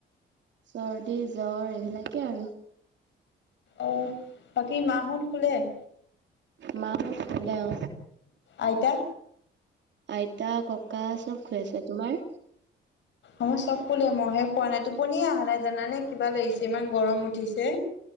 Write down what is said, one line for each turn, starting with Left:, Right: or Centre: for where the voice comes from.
Right: চৰ্দি জ্বৰ এইবিলাকে আৰু
Left: অ বাকী মাহতখোলে <unintelligible>
Right: মাহত ভালে অ
Left: আইতা
Right: আইতা ককা চব খৈ আছে তোমাৰ
Left: আই চব কোলে মহে খোৱা নাই টোপনিয়ে <unintelligible> অহা নাই জানে কিবা লাগিছে ইমান গৰম উঠিছে